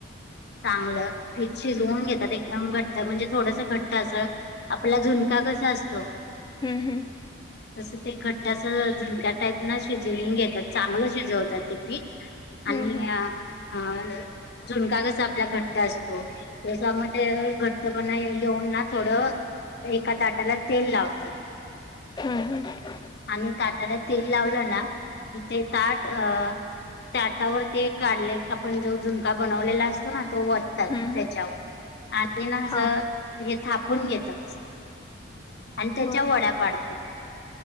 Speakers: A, on the left; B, on the left.
A: चांगलं, पीठ शिजवून घेतात. एकदम घट्ट म्हणजे थोडसं, घट्ट अस, आपला झुणका कसा असतो?
B: ह्म्म, ह्म्म,
A: <inaudible> तसं ते, घट्ट अस झुणका टाईप ना, शिजवून घेतात. चांगलं शिजवता ते पीठ.
B: हम्म
A: आणि,
B: हम्म
A: ह झुणका कसा आपला घट्ट असतो. तस म ते घट्ट पणा घेऊन ना थोडं, एका ताटाला तेल लावतात.
B: ह्म्म, ह्म्म,
A: आणि, ताटाला तेल लावलं ना? की ते ताट अ ताटावर ते काढले, आपण जो झुणका बनवलेला असतो ना? तो वर, ओततात
B: हम्म
A: त्याच्यावर,
B: हम्म
A: आणि ना असं,
B: हा
A: हे थापून घेता. आणि त्याच्या
B: होय
A: वड्या पाडतात.